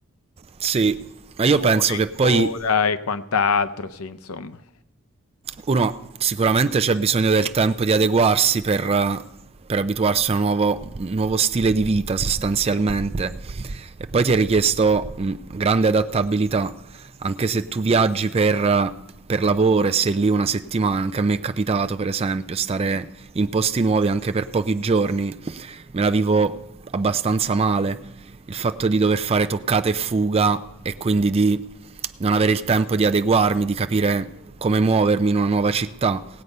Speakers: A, on the right; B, on the left.
A: sì, ma io penso
B: Ore
A: che
B: in
A: poi
B: coda e quant'altro, sì, insomma.
A: uno sicuramente c'è bisogno del tempo di adeguarsi per, eh, per abituarsi a un nuovo, un nuovo stile di vita sostanzialmente e poi ti è richiesto mm, grande adattabilità anche se tu viaggi per, eh, per lavoro e sei lì una settimana anche a me è capitato per esempio stare in posti nuovi anche per pochi giorni me la vivo abbastanza male il fatto di dover fare toccate e fuga e quindi di non avere il tempo di adeguarmi, di capire come muovermi in una nuova città,